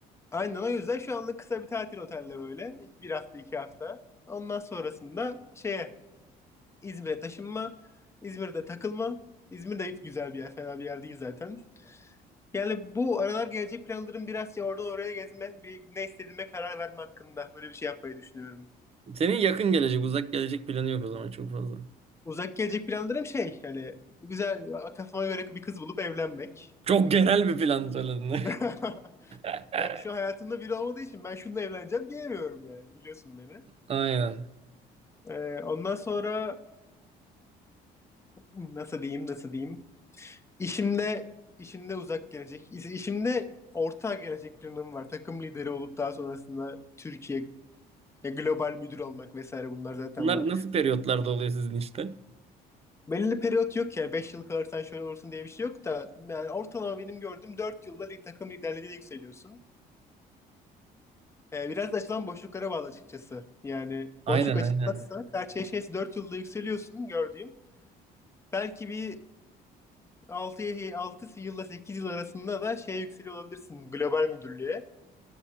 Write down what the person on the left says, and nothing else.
aynen o yüzden şu anlık kısa bir tatil oteller öyle. Bir hafta iki hafta. Ondan sonrasında şeye İzmir'e taşınma. İzmir'de takılma. İzmir de hep güzel bir yer. Fena bir yer değil zaten. Yani bu aralar gelecek planlarım biraz şey oradan oraya gezme. Bir ne istediğime karar verme hakkında. Böyle bir şey yapmayı düşünüyorum.
Uzak gelecek planlarım şey yani güzel kafama göre bir kız bulup evlenmek.
<laughs>
Yani şu hayatımda biri olmadığı için ben şununla evleneceğim diyemiyorum yani biliyorsun beni.
Ee, ondan sonra nasıl diyeyim nasıl diyeyim. İşimde işimde uzak gelecek. iş- işimde orta gelecek planım var. Takım lideri olup daha sonrasında Türkiye ya global müdür olmak vesaire bunlar zaten
var.
Belirli periyot yok ya 5 yıl kalırsan şöyle olursun diye bir şey yok da yani ortalama benim gördüğüm dört yılda lig- takım liderliğine yükseliyorsun. Ee, biraz da açılan boşluklara bağlı açıkçası. Yani
boşluk açılmazsa
her şey şeyse 4 yılda yükseliyorsun gördüğüm. Belki bir 6 6 yılla 8 yıl arasında da şey yükseliyor olabilirsin global müdürlüğe.